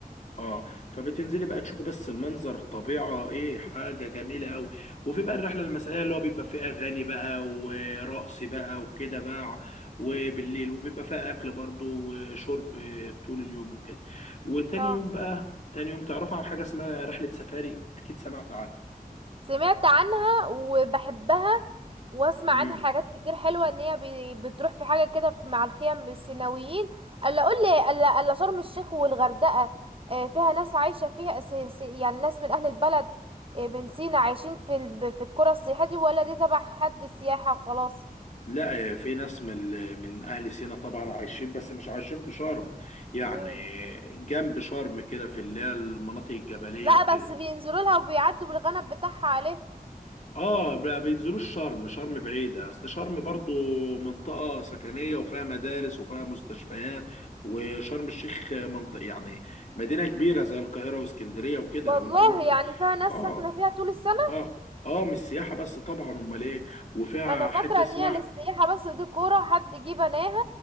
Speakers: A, on the left; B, on the right.
A: اه فبتنزلي بقى تشوفي بس المنظر طبيعة ايه حاجة جميلة قوي وفي بقى الرحلة المسائية اللي هو بيبقى فيه اغاني بقى ورقص بقى وكده بقى وبالليل وبيبقى فيها اكل برضو وشرب طول اليوم وكده وتاني
B: اه
A: يوم بقى تاني يوم تعرفوا عن حاجة اسمها رحلة سفاري اكيد سمعت عنها
B: سمعت عنها وبحبها واسمع
A: امم
B: عنها حاجات كتير حلوه ان هي بي- بتروح في حاجه كده في- مع الخيم السيناويين الا اقول لي الا الا شرم الشيخ والغردقه آه، فيها ناس عايشه فيها س- س- يعني ناس من اهل البلد آه، من سينا عايشين في ال- في القرى السياحيه دي ولا دي تبع حد السياحه وخلاص
A: لا في ناس من ال- من اهل سينا طبعا عايشين بس مش عايشين في شرم يعني
B: مم.
A: جنب شرم كده في اللي هي المناطق الجبلية
B: لا
A: وكده
B: بس بينزلوا لها وبيعدوا بالغنم بتاعها عليه
A: اه ما بينزلوش شرم شرم بعيدة اصل شرم برضو منطقة سكنية وفيها مدارس وفيها مستشفيات وشرم الشيخ منطقة يعني مدينة كبيرة زي القاهرة واسكندرية وكده
B: والله
A: لو انت رحت
B: يعني فيها ناس
A: اه
B: ساكنه فيها طول السنه
A: اه اه مش سياحة بس طبعا امال ايه وفيها
B: انا فاكره
A: حتة اسمها
B: ان هي للسياحه بس ودي قرى حد جه بناها